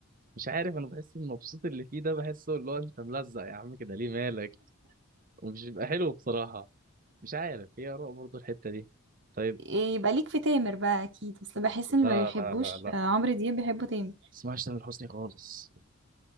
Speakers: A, on the right; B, on the right.
A: مش عارف انا بحس المبسوط اللي فيه ده بحسه اللي هو انت ملزق يا عم كده ليه مالك ومش بيبقى حلو بصراحه مش عارف هي اراء برضه الحته دي طيب
B: يبقى ليك في تامر بقى اكيد بس بحس
A: لا
B: ان ما بيحبوش
A: لا لا لا
B: آه، عمرو دياب بيحبوا تامر
A: اسمعش تامر حسني خالص